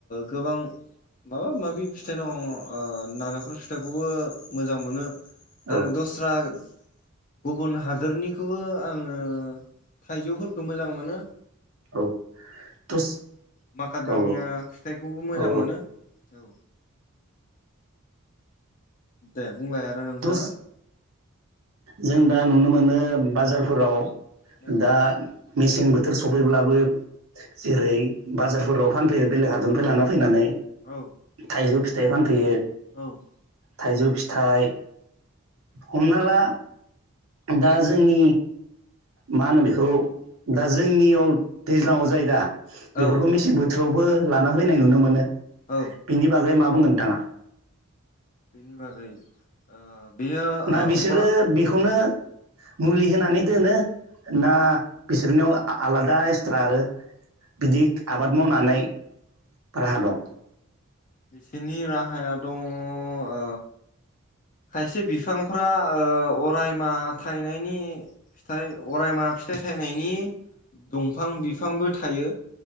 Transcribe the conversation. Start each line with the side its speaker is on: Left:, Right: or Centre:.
Left: गोबां माबा माबि फिथाइ दं ओ नालेंखर फिथाइखौबो मोजां मोनो
Right: औ
Left: आरो दस्रा गुबुन हादरनिखौबो आङो थाइजौफोरखौ मोजां मोनो।
Right: औ दस
Left: माखा दामिया
Right: औ
Left: फिथाइखौबो मोजां
Right: औ
Left: मोनो औ दे। बुंलाय आरो नोंथाङा
Right: दस जों दा नुनो मोनो बाजारफोराव
Left: औ
Right: दा मेसें बोथोर सफैब्लाबो। जेरै बाजारफोराव फानफैयो बेलेग हादरनिफ्राय लाना फैनानै
Left: औ
Right: थाइजौ फिथाइ फानफैयो।
Left: औ।
Right: थाइजौ फिथाइ हमना ला दा जोंनि मा होनो बेखौ दा जोंनियाव दैज्लाङाव जाय दा? बेफोरखौ
Left: औ
Right: मेसें बोथोरावबो लाना फैनाय नुनो मोनो
Left: औ
Right: बेनि बागै मा बुंनो नोंथाङा?
Left: बेनि बागै ओ बेयो
Right: ना
Left: ओ
Right: बिसोरो
Left: अरा
Right: बेखौनो मुलि होनानै दोनो, ना बिसोरनियाव आलादा एक्सट्रा आरो बिदि आबाद मावनानै राहा दं?
Left: बिसोरनि राहाया दङ ओ खायसे बिफांफ्रा ओ अरायमा थायनायनि फिथाइ अरायमा फिथाइ थाइनायनि दंफां बिफांबो थायो।